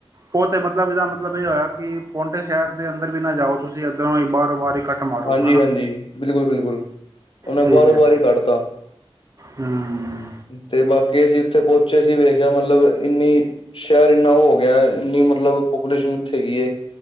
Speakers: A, on the right (about 35°); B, on the left (about 55°).
A: ਉਹ ਤੇ ਮਤਲਬ ਇਹਦਾ ਮਤਲਬ ਇਹ ਹੋਇਆ ਕਿ। ਪੋਂਟੇ ਸ਼ਹਿਰ ਦੇ ਅੰਦਰ ਵੀ ਨਾ ਜਾਓ ਤੁਸੀਂ ਇੱਧਰੋਂ ਹੀ ਬਾਹਰੋ ਬਾਹਰ ਹੀ ਕੱਟ ਮਾਰੋ
B: ਹਾਂਜੀ-ਹਾਂਜੀ
A: ਹੈ ਨਾ
B: ਬਿਲਕੁਲ-ਬਿਲਕੁਲ ਉਹਨੇ
A: ਠੀਕ
B: ਬਾਹਰੋਂ
A: ਹੈ
B: ਬਾਹਰ ਹੀ ਕੱਢਤਾ।
A: ਹੂੰ
B: ਤੇ ਬਾਕੀ, ਅਸੀਂ ਉੱਥੇ ਪਹੁੰਚੇ ਸੀ। ਵੇਖਿਆ ਮਤਲਬ ਇੰਨੀ ਸ਼ਹਿਰ ਇੰਨਾ ਹੋ ਗਿਆ ਇੰਨੀ ਮਤਲਬ ਪਪੂਲੇਸ਼ਨ ਉੱਥੇ ਹੈਗੀ,